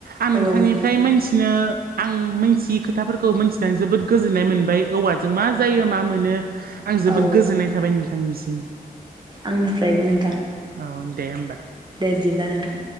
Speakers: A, on the right; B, on the right.
A: आं
B: औ
A: नोंथांनिफ्राय
B: औ नोंथां
A: मोनथिनो आं मोनथियै खोथाफोरखौ मोनथिनानै जोबोद गोजोननाय मोनबाय औवाजों मा जायो मा मोनो आं जोबोद
B: औ औ
A: गोजोननाय थाबाय नोंथांनिसिम।
B: आंनिफ्रायबो नों
A: औ दे होमबा।
B: बिदिब्ला नोंथां।